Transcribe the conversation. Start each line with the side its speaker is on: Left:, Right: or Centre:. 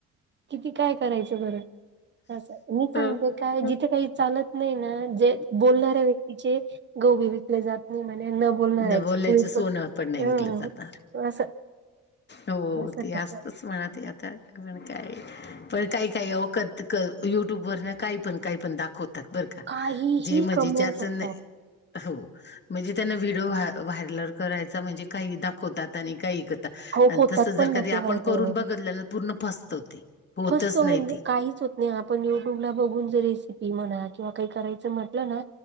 Right: किती काय करायचं बरं, असं मी
Left: हो,
Right: सांगते काय
Left: हो.
Right: जिथे काही चालत नाही ना, जे बोलणाऱ्या व्यक्तीचे गौबी विकले जातात. म्हणे न बोलणाऱ्याची
Left: न बोलण्याचं
Right: पोळी
Left: सोनं
Right: पण
Left: नाही
Right: अ
Left: विकलं जाणार
Right: असं.
Left: हो
Right: असं
Left: ते
Right: खात
Left: असतच म्हणा ते आता पण काय, पण काही काही ओ कत क युट्यूब वरन काही पण, काही पण दाखवतात बरं का?
Right: काहीही
Left: जे म्हजे
Right: कमवू
Left: ज्याच
Right: शकतात
Left: नाही अ हो. म्हणजे त्यांना, व्हिडिओ व्हायरल व्हायलर करायचा म्हणजे काही दाखवतात आणि काही ऐकतात.
Right: हो
Left: आणि
Right: होतात
Left: तस
Right: पण
Left: जर
Right: ना
Left: कधी
Right: ते व्हायच्या
Left: आपण करून
Right: वेळेला
Left: बघतल्या तर, पूर्ण फसत ते. होतच
Right: फसतो
Left: नाही
Right: म्हणजे
Left: ती
Right: काहीच होत. नाही आपण युट्यूबला बघून जर रेसिपी म्हणा किंवा काही करायचं म्हटलं ना.